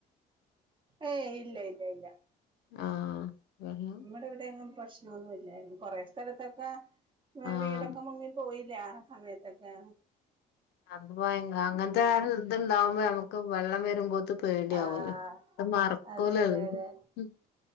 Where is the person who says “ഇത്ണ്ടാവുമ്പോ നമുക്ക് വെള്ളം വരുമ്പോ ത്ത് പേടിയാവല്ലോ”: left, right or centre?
Left